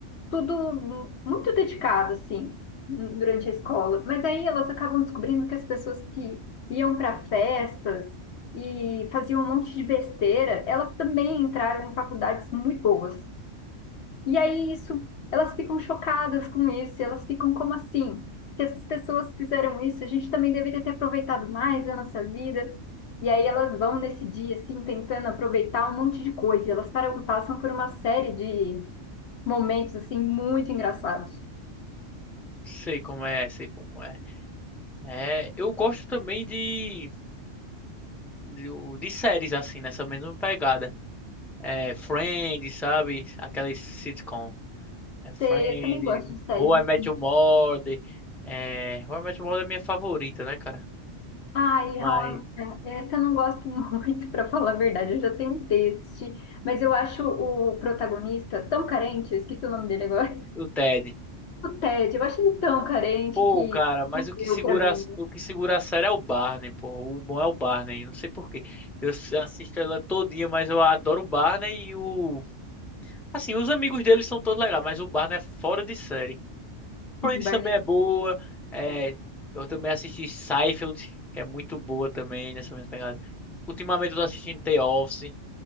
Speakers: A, on the left; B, in the centre.
A: tudo mu- muito dedicado, assim, n- durante a escola. Mas aí elas acabam descobrindo que as pessoas que iam para festas e faziam um monte de besteira, elas também entraram em faculdades muito boas. E aí isso, elas ficam chocadas com isso, e elas ficam como assim? Se essas pessoas fizeram isso, a gente também deveria ter aproveitado mais da nossa vida. E aí elas vão nesse dia, assim, tentando aproveitar um monte de coisa. E elas param- passam por uma série de momentos, assim, muito engraçados.
B: Sei como é, sei como é. É, eu gosto também de, de, de séries assim, nessa mesma pegada. É, Friends, sabe? Aquelas sitcom. É Friends,
A: Sei, Eu também gosto de séries,
B: How I Met
A: assim.
B: Your Mother. É, How I Met Your Mother é minha favorita, né, cara?
A: Ai,
B: Mas
A: How I- é, essa eu não gosto <laughs> muito, para falar a verdade. Eu já tentei assistir, mas eu acho o protagonista tão carente, eu esqueci o nome dele agora.
B: o Ted.
A: O Ted, eu achei ele tão carente
B: Pô,
A: que
B: cara, mas
A: não
B: o que
A: deu
B: segura,
A: pra mim. <laughs>
B: o que segura a série é o Barney, pô. O bom é o Barney, não sei por quê. Eu s- assisto ela todinha, mas eu adoro o Barney e o... Assim, os amigos dele são todos legais, mas o Barney é fora de série. Friends
A: Barney.
B: também é boa. É, eu também assisti Seinfeld, que é muito boa também, nessa mesma pegada. Ultimamente eu tô assistindo The Office.